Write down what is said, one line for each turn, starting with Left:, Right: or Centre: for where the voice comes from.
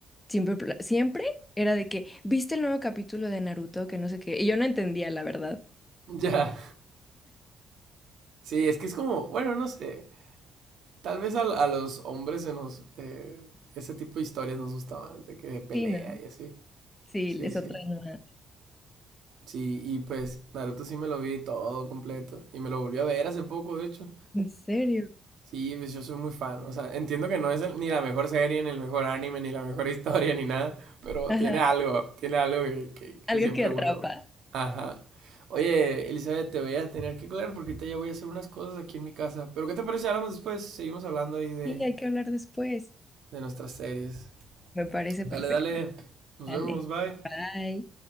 Left: siempre, pla- siempre era de que, ¿viste el nuevo capítulo de Naruto? Que no sé qué. Y yo no entendía, la verdad.
Right: <laughs> Ya. Sí, es que es como, bueno, no sé. Tal vez a, a los hombres se nos, eh, ese tipo de historias nos gusta más, de que de pelea
Left: Sí, no.
Right: y así.
Left: Sí,
Right: Sí,
Left: les
Right: sí.
Left: otra nueva.
Right: Sí, y pues Naruto sí me lo vi todo completo. Y me lo volví a ver hace poco, de hecho.
Left: ¿En serio?
Right: Sí, pues yo soy muy fan. O sea, entiendo que no es el- ni la mejor serie, ni el mejor anime, ni la mejor <laughs> historia, ni nada. Pero
Left: ajá
Right: tiene algo, tiene algo que, que- que
Left: Algo
Right: siempre
Left: que atrapa.
Right: vuelo. Ajá. Oye, Elizabeth, te voy a tener que colgar porque ahorita ya voy a hacer unas cosas aquí en mi casa. Pero ¿qué te parece si hablamos después? Seguimos hablando ahí de,
Left: Y hay que hablar después.
Right: de nuestras series.
Left: Me parece
Right: Dale,
Left: perfecto.
Right: dale. Nos
Left: Dale.
Right: vemos, bye.
Left: Bye.